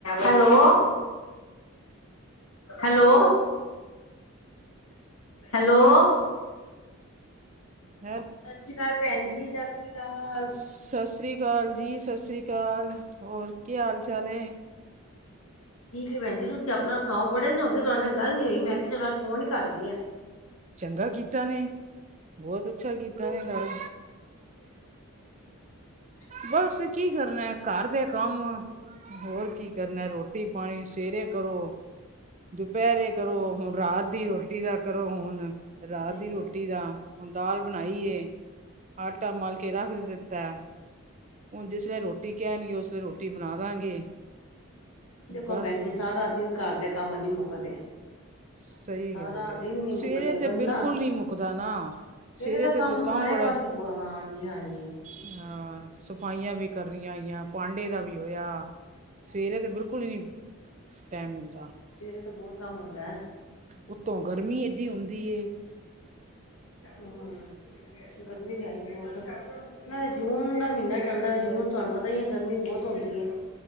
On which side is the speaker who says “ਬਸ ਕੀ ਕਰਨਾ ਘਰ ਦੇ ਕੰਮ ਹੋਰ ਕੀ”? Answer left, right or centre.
Right